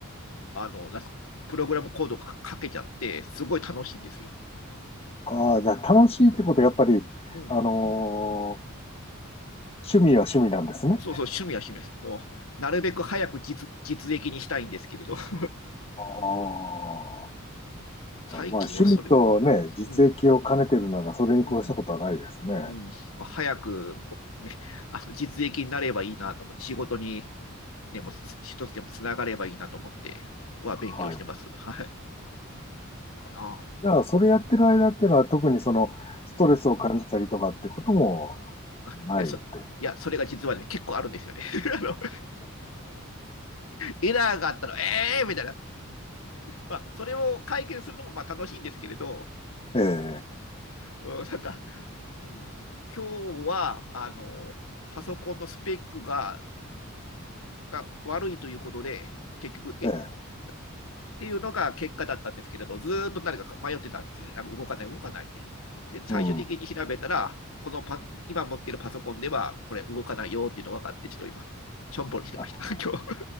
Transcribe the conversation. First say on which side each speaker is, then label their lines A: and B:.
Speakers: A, on the left; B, on the left.
A: あの、なんすか、プログラムコードが書けちゃって、すごい楽しいんですよ。
B: ああ、じゃあ、楽しいってことは、やっぱり、
A: うん。
B: あのー趣味は趣味なんですね。
A: そうそう、趣味は趣味です。もう、なるべく早く実、実益にしたいんですけれど。<laughs>
B: ああ。
A: 最近はそれ、
B: まあ、趣味とね、
A: うん、
B: 実益を兼ねてるなら、
A: うん、
B: それに越したことはないですね。
A: うん、うん。まあ早く、ね、あの実益になればいいなと思って、仕事にでもう一つでもつながればいいなと思っては勉強してます。
B: はい。
A: はい。かな
B: じゃあ、それやってる間っていうのは、特にその、ストレスを感じたりとかってことも
A: あ、あいや、
B: ないと。
A: そ、いや、それが実はね、結構あるんですよね。<laughs> あの、エラーがあったら、ええー、みたいな。まあ、それを解決するのもまあ楽しいんですけれど、
B: ええ
A: うん、なんか、うん、今日は、あの、パソコンのスペックが、が悪いということで、結局、え、
B: ええ
A: っていうのが結果だったんですけれど、ずっと誰か迷ってたんですね。なんか動かない、動かないって。で、最終的に調べたら、
B: うん。
A: このパ今持ってるパソコンでは、これ動かないよっていうのが分かって、ちょっと今、しょんぼりしてました、
B: あ
A: <laughs> 今日。